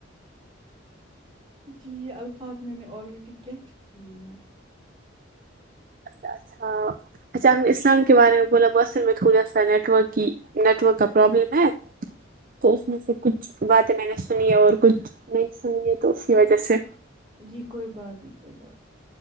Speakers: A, on the right; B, on the right.
A: جی یہ الفاظ میں نے آلریڈی کہہ چکی ہوں میں
B: اچھا اچھا اچھا ہم نے اسلام کے بارے میں بولا بس میں تھوڑا سا نیٹ ورک کی نیٹ ورک کا پرابلم ہے تو اس میں سے کچھ باتیں میں نے سنی ہے اور کچھ نہیں سن لی ہے تو اسی وجہ سے
A: جی کوئی بات نہیں کوئی بات